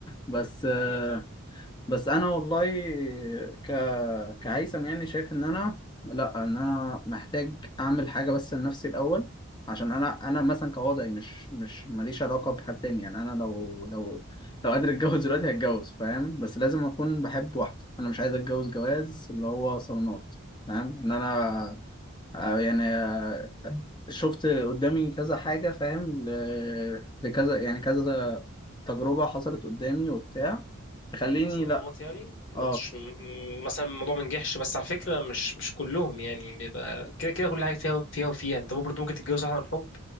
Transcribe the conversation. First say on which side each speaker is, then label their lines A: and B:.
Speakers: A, on the left; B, on the left.
A: بس آه،
B: ده حقيقه فعلا
A: بس انا والله ك كهيثم يعني شايف ان انا لا ان انا محتاج اعمل حاجه بس لنفسي الاول عشان انا انا مثلا كوضعي مش مش ماليش علاقه بحد تاني يعني انا لو لو لو قادر اتجوز دلوقتي هتجوز فاهم بس لازم اكون بحب واحده انا مش عايز اتجوز جواز اللي هو صالونات فاهم ان انا آه، يعني آه، شفت قدامي كذا حاجه فاهم ل- لكذا يعني كذا تجربه حصلت قدامي وبتاع تخليني
B: الصالونات
A: لا
B: يعني ما
A: اه
B: تش... م- مثلا الموضوع ما نجحش بس على فكره مش مش كلهم يعني بيبقى كده كده كل حاجه فيها فيها وفيها انت برضه ممكن تتجوز واحده عن حب